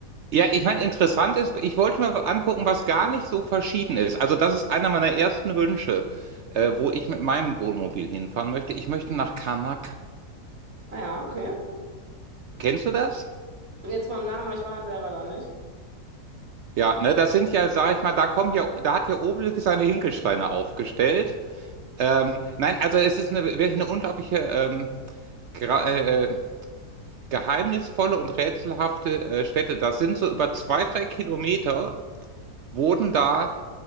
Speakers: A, on the right; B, on the right.
A: Ja, ich meine, interessant ist, ich wollte mir angucken, was gar nicht so verschieden ist. Also das ist einer meiner ersten Wünsche, äh, wo ich mit meinem Wohnmobil hinfahren möchte. Ich möchte nach Karnak.
B: Ah ja, okay.
A: Kennst du das?
B: Jetzt vom Namen, aber ich war halt selber da nicht.
A: Ja, ne, das sind ja, sag ich mal, da kommen ja, da hat ja Obelix seine Hinkelsteine aufgestellt. Ähm, nein, also es ist eine, wirklich eine unglaubliche, ähm, gra- äh, äh, geheimnisvolle und rätselhafte äh, Stätte. Das sind so über zwei, drei Kilometer wurden da